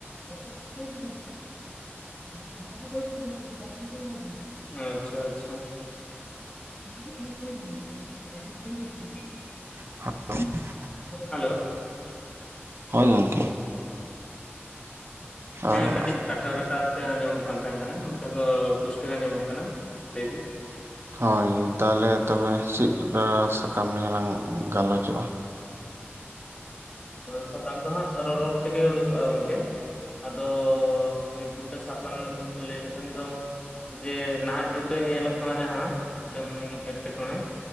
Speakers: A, on the left; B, on the right.
A: ᱵᱩᱡᱷᱟᱹᱣ ᱠᱮᱫᱟ ᱵᱤᱱ? <unintelligible> ᱟᱪᱪᱷᱟ ᱟᱪᱪᱷᱟ ᱾ <unintelligible>
B: <unintelligible>
A: ᱦᱮᱞᱳ᱾
B: ᱦᱳᱭ ᱜᱚᱝᱠᱮ᱾
A: ᱦᱮᱸ,
B: ᱟᱨ
A: ᱠᱟᱹᱴᱤᱡ ᱠᱟᱴᱟᱣ ᱠᱟᱴᱟᱣ ᱛᱮ ᱟᱸᱡᱚᱢᱚᱜ ᱠᱟᱱ ᱛᱟᱦᱮᱸ ᱠᱟᱱᱟ ᱱᱤᱛᱚᱜ ᱫᱚ ᱯᱩᱥᱴᱟᱹ ᱜᱮ ᱟᱸᱡᱚᱢᱚᱜ ᱠᱟᱱᱟ ᱞᱟᱹᱭ ᱵᱤᱱ᱾
B: ᱦᱳᱭ, ᱛᱟᱦᱞᱮ ᱛᱚᱵᱮ ᱪᱤᱱ ᱠᱟ ᱥᱟᱠᱟᱢ ᱱᱤᱭᱮ ᱞᱟᱝ ᱜᱟᱞᱚᱪᱚᱜ-ᱟ?
A: ᱥᱟᱛᱟᱢ ᱫᱚ ᱦᱟᱸᱜ ᱨᱚᱨᱚᱲ ᱛᱮᱜᱮ ᱩᱰᱩᱠᱚᱜ-ᱟ ᱜᱚᱝᱠᱮ᱾ ᱟᱫᱚ ᱱᱤᱛ ᱢᱤᱫᱴᱮᱱ ᱥᱟᱠᱟᱢ ᱞᱟᱹᱭ ᱞᱮᱠᱷᱟᱱ ᱫᱚ ᱡᱮ ᱱᱟᱦᱟᱜ ᱡᱩᱜᱽᱨᱮ ᱧᱮᱞᱚᱜ ᱠᱟᱱᱟ ᱡᱟᱦᱟᱸ ᱢᱤᱫᱴᱟᱝ ᱮᱸᱴᱠᱮ ᱴᱚᱬᱮ᱾